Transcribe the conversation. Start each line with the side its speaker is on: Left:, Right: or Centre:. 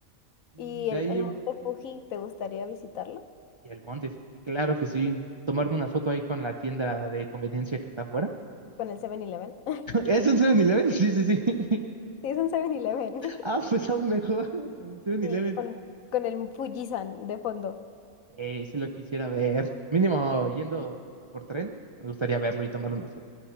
Right: Y
Left: ¿Y
Right: de
Left: el,
Right: ahí
Left: el Monte Fuji, te gustaría visitarlo?
Right: Y el Monte Fuji, claro que sí. Tomarme una foto ahí con la tienda de conveniencia que está afuera.
Left: Con el Seven eleven <laughs>
Right: <laughs> ¿Es un 7-Eleven? Sí, sí, sí. <laughs>
Left: Sí, es un Seven eleven
Right: Ah, pues aún mejor. <laughs> Con el 7-Eleven.
Left: <laughs> Sí, con, con el Fujisan de fondo.
Right: Eh, si lo quisiera ver. Mínimo yendo por tren, me gustaría verlo y tomar una foto.